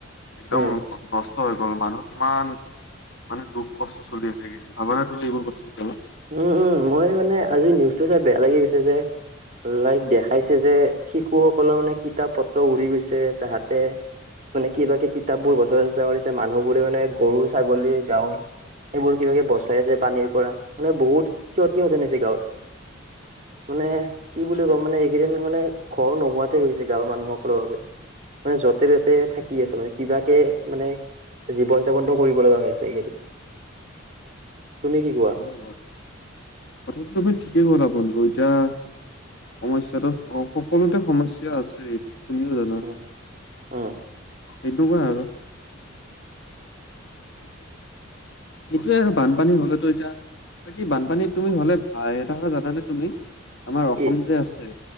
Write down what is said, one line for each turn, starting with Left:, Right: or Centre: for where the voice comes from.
Left: একদম
Right: উম
Left: নষ্ট হৈ গ'ল মানুহ কিমান মানে দুখ কষ্ট চলি আছে এইকেইদিন চাবানে তোৰ এইবোৰ কথা কেতিয়াবা
Right: উম উম মই মানে আজি নিউজটো চাই বেয়া লাগি গৈছে যে। লাইক দেখাইছে যে শিশুসকলৰ মানে কিতাপ পত্ৰ উৰি গৈছে তাহাঁতে মানে কিবা কিব কিতাপবোৰ গচ চেচা কৰিছে মানুহবোৰে মানে গৰু ছাগলী গাঁৱৰ এইবোৰ কিবাকে বচাই আছে পানীৰ পৰা মানে বহুত ক্ষতি হতেনছেি গাঁৱত, মানে কি বুলি
Left: অ
Right: কওঁ মানে এইকেইদিন মানে ঘৰ নোহোৱাতে হৈ গৈছে গাঁৱৰ মানুহসকলৰ বাবে। মানে য'তে ত'তে থাকি আছে মানে কিবাকে মানে জীৱন যাপনতটো কৰিব লগা হৈ আছে এইকেইদিন, তুমি কি কোৱা?
Left: আ কথাটো তুমি ঠিকেই হলা বন্ধু এতিয়া সমস্য়াাতটো সকলোতে সমস্যয়া আছে এইটোত তুমিও জানা,
Right: উম উম
Left: এনেুৱা আৰু এইটোয়ে আৰু বানপানী হলেতো এতিয়া বাকী বানপানীত তুমি হলে ভাই এটাটা জানানে তুমি আমাৰ
Right: কি
Left: অসম যে আছে,